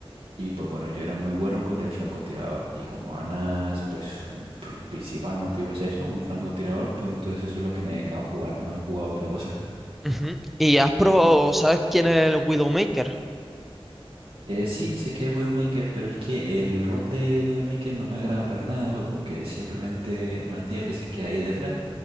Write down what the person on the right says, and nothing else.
Y pues bueno, yo era muy bueno con el francotirador. Y como Ana es pues su pr- principal motivo es eso, un francotirador, pues entonces eso es lo que me he dedicado a jugar, no he jugado otra cosa.
Eh, sí, sé que es Widowmaker, pero es que el rol de Widowmaker no me agrada para nada, pues porque es simplemente una tía que se queda ahí detrás